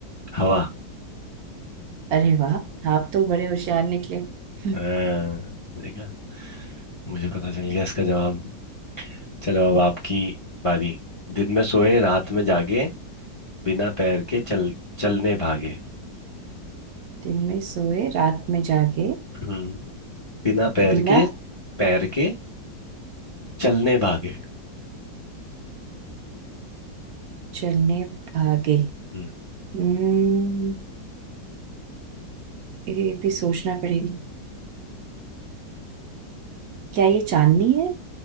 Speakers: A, on the left; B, on the right.
A: हवा
B: अरे वाह आप तो बड़े होशियार निकले <laughs>
A: हाँ, देखा मुझे पता चल गया इसका जवाब चलो अब आपकी बारी दिन में सोए रात में जागे बिना पैर के चल चलने भागे
B: दिन में सोए रात में जागे
A: हम्म बिना पैर
B: बिना
A: के पैर के चलने भागे
B: चलने भागे
A: हम्म।
B: हम्म ये भी सोचना पड़ेगा क्या ये चांदनी है